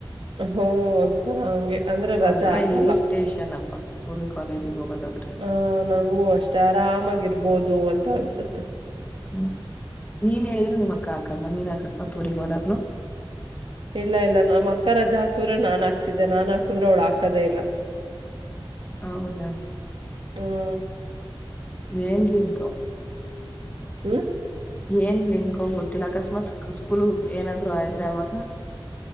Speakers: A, on the right; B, on the left.
A: ಹ್ಮ ತರ ಹಂಗೆ ಅಂದ್ರೆ ರಜಾ
B: ಒಂಥರ
A: ಹಾಕಲ್ಲ
B: ಇರಿಟೇಷನ್ ಅಪ್ಪ ಸ್ಕೂಲ್ ಕಾಲೇಜಿಗೆ ಹೋಗೋದಾದ್ರೆ
A: ಆ ನಂಗು ಅಷ್ಟು ಆರಾಮಾಗಿರ್ಬೋದು ಅಂತ ಅನ್ಸುತ್ತೆ
B: ಹ್ಮ್ ನೀನ್ ಹೇಳಿದ್ರು ನಿಮ್ಮ್ ಅಕ್ಕ ಹಾಕಲ್ವಾ ನೀನ್ ಅಕಸ್ಮಾತ್ ಊರಿಗೆ ಹೋದಾಗ್ಲು
A: ಇಲ್ಲ ಇಲ್ಲ ನಮ್ಮ್ ಅಕ್ಕ ರಜಾ ಹಾಕುದ್ರೆ ನಾನ್ ಹಾತಿದ್ದೆ ನಾನ್ ಹಾಕುದ್ರೆ ಅವ್ಳು ಹಾಕದೇ ಇಲ್ಲ
B: ಹೌದ
A: ಹ್ಮ್
B: ವೇಂದಿಂಗ
A: ಹ್ಮ
B: ಏನ್ ಲಿಂಕ್ ಹೋಗ್ ಗೊತ್ತಿಲ್ಲ ಅಕಸ್ಮಾತ್ ಸ್ಕೂಲ್ ಏನಾದ್ರು ಆದ್ರೆ ಅವಾಗ